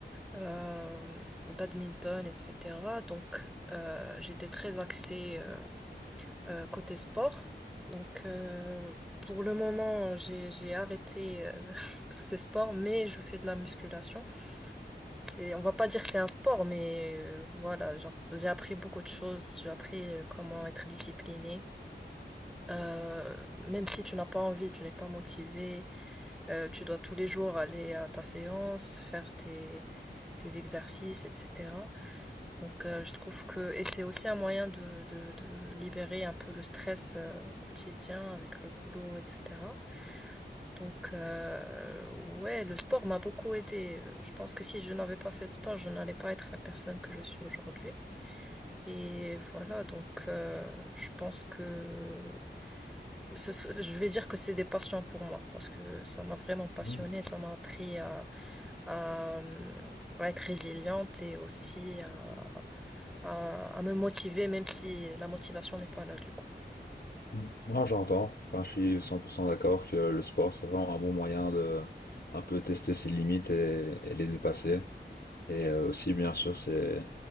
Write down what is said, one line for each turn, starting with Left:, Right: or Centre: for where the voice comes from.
Centre: euh, le badminton, etc. Donc euh, j'étais très axée euh, euh, côté sport. Donc euh, pour le moment, j'ai j'ai arrêté euh, <laughs> tous ces sports, mais je fais de la musculation. C'est, on va pas dire que c'est un sport, mais euh, voilà, genre j'ai appris beaucoup de choses. J'ai appris euh, comment être discipliné. Euh, même si tu n'as pas envie, tu n'es pas motivé, euh, tu dois tous les jours aller à ta séance, faire tes tes exercices, etc. Donc euh, je trouve que et c'est aussi un moyen de, de de libérer un peu le stress euh, quotidien avec le boulot, etc. Donc, euh, ouais, le sport m'a beaucoup aidé. Je pense que si je n'avais pas fait de sport, je n'allais pas être la personne que je suis aujourd'hui. Et voilà, donc euh, je pense que ce- ce- je vais dire que c'est des passions pour moi parce que ça m'a vraiment passionnée,
Left: <laughs>
Centre: ça m'a appris à, à, euh, à être résiliente et aussi à, à, à me motiver, même si la motivation n'est pas là du coup.
Left: Mm. Non, j'entends. Enfin, je suis 100% d'accord que le sport, c'est vraiment un bon moyen de un peu tester ses limites et, et les dépasser. Et euh, aussi, bien sûr, c'est